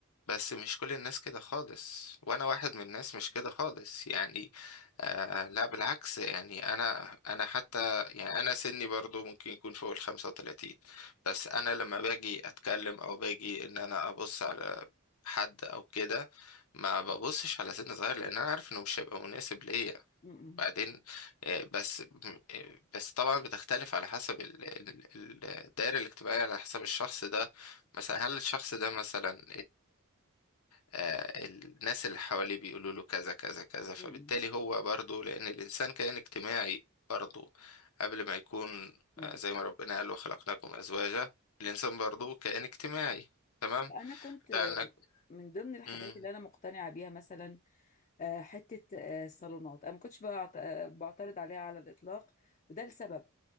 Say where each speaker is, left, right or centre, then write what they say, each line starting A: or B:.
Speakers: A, on the left; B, on the left.
A: بس مش كل الناس كده خالص وانا واحد من الناس مش كده خالص يعني آه لا بالعكس يعني انا انا حتى يعني انا سني برضو ممكن يكون فوق ال 35 بس انا لما باجي اتكلم او باجي ان انا ابص على حد او كده ما ببصش على سن صغير لان انا عارف انه مش هيبقى مناسب ليا
B: م-م.
A: بعدين آه، بس آه، بس طبعا بتختلف على حسب ال- ال- ال- الدائرة الاجتماعية على حسب الشخص ده مثلا هل الشخص ده مثلا آه، الناس اللي حواليه بيقولوا له كذا كذا كذا فبالتالي
B: م-م.
A: هو برضه لأن الإنسان كائن اجتماعي برضه قبل ما يكون
B: م.
A: آه، زي ما ربنا قال وخلقناكم أزواجا الإنسان برضه كائن اجتماعي تمام
B: طب انا كنت آه،
A: ده إنك
B: من ضمن الحاجات
A: مم.
B: اللي انا مقتنعة بيها مثلا آه، حتة آه، الصالونات انا ما كنتش بعت- آه، بعترض عليها على الاطلاق وده لسبب